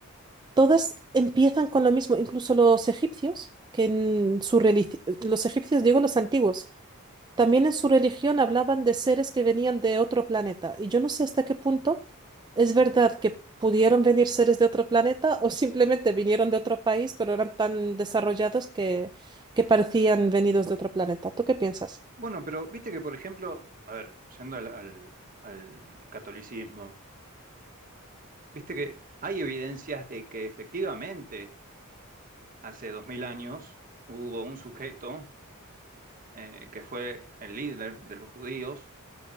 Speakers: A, on the right; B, on the right.
A: Todas empiezan con lo mismo, incluso los egipcios, que en su religión, los egipcios, digo los antiguos, también en su religión hablaban de seres que venían de otro planeta. Y yo no sé hasta qué punto es verdad que pudieron venir seres de otro planeta o simplemente vinieron de otro país, pero eran tan desarrollados que, que parecían venidos de otro planeta. ¿Tú qué piensas?
B: Bueno, pero viste que, por ejemplo, a ver, yendo al, al, al catolicismo, viste que hay evidencias de que efectivamente hace dos mil años hubo un sujeto eh, que fue el líder de los judíos